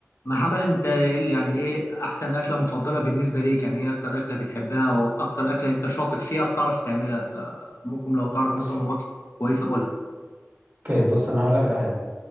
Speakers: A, on the left; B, on the right.
A: محمد انت ايه- يعني ايه احسن اكله مفضله بالنسبه ليك يعني ايه اكتر اكله بتحبها واكتر اكله انت شاطر فيها بتعرف تعملها فممكن لو تعرف مثلا
B: بص
A: وصفه كويسه قولها
B: اوكي بص انا هقول لك على حاجه